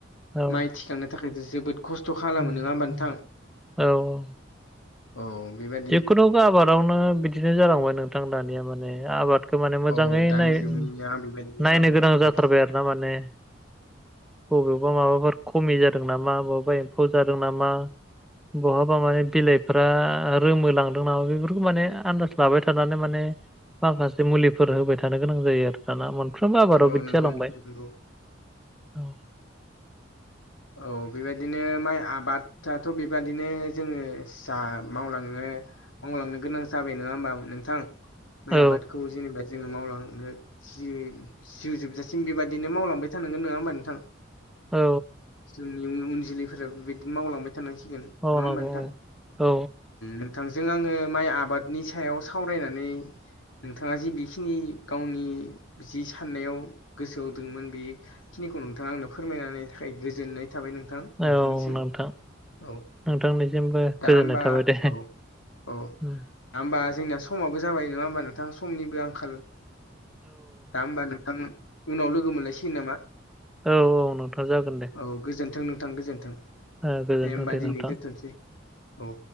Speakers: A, in the centre; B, on the left.
A: औ
B: माइ थिखांनो थाखाय। जोबोद खस्थ' खालामो
A: उम
B: नङा होमबा नोंथां
A: उम औ औ
B: औ बेबाय
A: जिखुनु आबादावनो बिदिनो जालांबाय नोंथां दानिया माने आबाद। <unintelligible> माने मोजाङै
B: औ दानि
A: नायनो
B: जुगनिया बेबायदिनो जालांबाय
A: गोनां जाथारबाय
B: औ
A: आरोना माने। बबेयावबा माबाफोर खमि जादों नामा बबेयावबा एम्फौ जादों नामा। बहाबा माने बिलाइफ्रा। रोमो लांदों नामा बेफोरखौ माने आन्दाज लाबाय थानानै माने। माखासे मुलिफोर होबाय थानो गोनां जायो आरो। दाना मोनफ्रोमबो आबादाव
B: औ
A: बिदि
B: नंगौ
A: जालांबाय
B: नोंथां नंगौ
A: औ।
B: औ बेबायदिनो माइ आबादथ' बेबादिनो जोङो जा मावलाङो मावलांनो गोनां जाबाय नङा होमबा नोंथां माइ
A: औ
B: आबादखौ जेनेबा जोङो मावलांनो जि जिउ जोबजासिम बेबायदिनो मावलांबाय थानांगोन। नङा होमबा नोंथां?
A: औ।
B: जोंनि उन उन जोलैफोराबो बेबायदिनो मावलांबाय थानांसिगोन नङा
A: औ
B: होमबा
A: नंगौ
B: नोंथां।
A: औ
B: नोंथांजों आङो माइ आबादनि सायाव सावरायनानै नोंथाङा जि बिखिनि गावनि जि साननायाव गोसो हो दंमोन बे बिखिनिखौ नोंथाङा आंनो फोरमायनानै थाखाय गोजोननाय। थाबाय नोंथां नोंथांनिसिम
A: औ नोंथां
B: औ
A: नोंथांनिसिमबो
B: दा
A: गोजोननाय
B: होमबा
A: थाबाय दे।
B: औ औ
A: उम।
B: होमबा जोंनिया समाबो जाबाय नङा होमबा नोंथां समनिबो आंखाल। दा होमबा नोंथां उनाव लोगो मोनलायसिगोन नामा?
A: औ औ नोंथां जागोन दे।
B: औ गोजोन्थों नोंथां गोजोन्थों
A: ओ गोजोनथों
B: दे होमबा दिनै
A: नोंथां
B: दोनथ'सै औ।